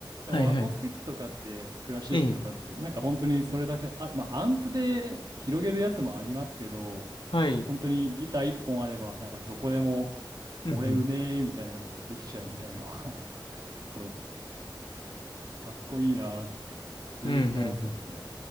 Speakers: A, on the right; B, on the left.
A: でもアコースティックとかって、
B: はいはい。
A: クラシックとかって、
B: ええ、
A: なんか本当にそれだけ、あ、まあアンプで広げるやつもありますけど、
B: はい。
A: 本当にギター一本あれば、なんかどこでも、
B: うんうん。
A: 俺うめえみたいなことができちゃうみたいなのが <laughs> そう、かっこいいなーって、ずーっと思ってますね。
B: うんうん